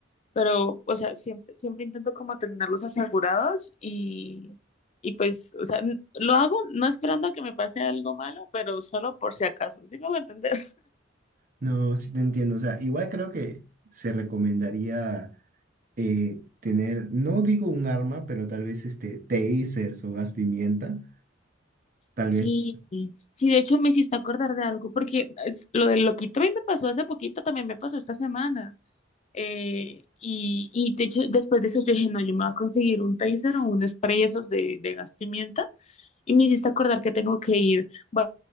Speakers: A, on the left; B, on the right.
A: Pero, o sea, siempre, siempre intento como tenerlos asegurados y, y pues, o sea, n- lo hago no esperando a que me pase algo malo, pero solo por si acaso. ¿Sí me voy a entender?
B: No, sí te entiendo. O sea, igual creo que se recomendaría eh, tener, no digo un arma, pero tal vez este tasers o gas pimienta. Tal
A: Sí,
B: vez.
A: sí, de hecho me hiciste acordar de algo, porque es- lo del loquito a mí me pasó hace poquito, también me pasó esta semana. Eh, y, y de hecho, después de eso yo dije, no, yo me voy a conseguir un taser o un spray esos de, de gas pimienta. Y me hiciste acordar que tengo que ir. Voy